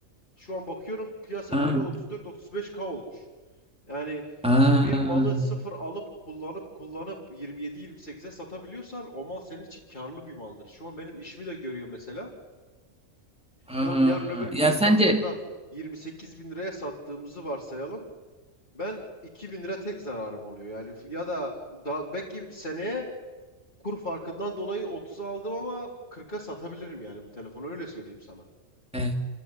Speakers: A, on the left (about 40°); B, in the centre.
A: Şu an bakıyorum piyasa
B: Aa,
A: değeri 34-35K olmuş. Yani
B: aa,
A: bir malı sıfır alıp kullanıp kullanıp 27-28'e satabiliyorsan o mal senin için karlı bir maldır. Şu an benim işimi de görüyor mesela.
B: aa.
A: Ben yarın öbür gün
B: Ya
A: bunu
B: sence
A: sattığımda 28 bin liraya sattığımızı varsayalım. Ben 2 bin lira tek zararım oluyor. Yani ya da daha belki seneye Kur farkından dolayı 30'a aldım ama kırka satabilirim yani bu telefonu öyle söyleyeyim sana.
B: e,